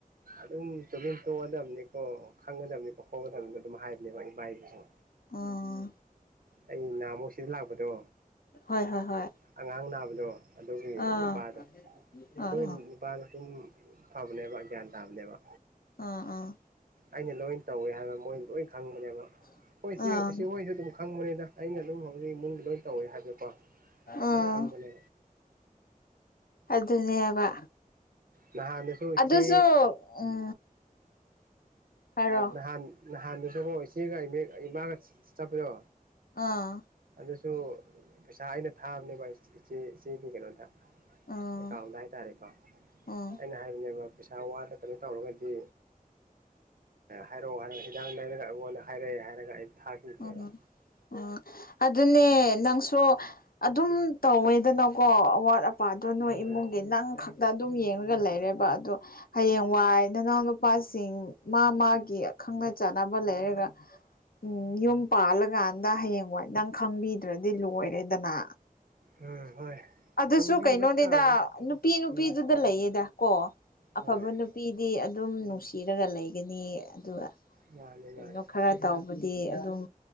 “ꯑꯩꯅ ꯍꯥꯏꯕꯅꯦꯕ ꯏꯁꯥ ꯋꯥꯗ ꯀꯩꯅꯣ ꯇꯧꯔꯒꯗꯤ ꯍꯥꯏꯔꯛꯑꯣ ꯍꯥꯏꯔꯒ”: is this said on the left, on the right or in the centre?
Right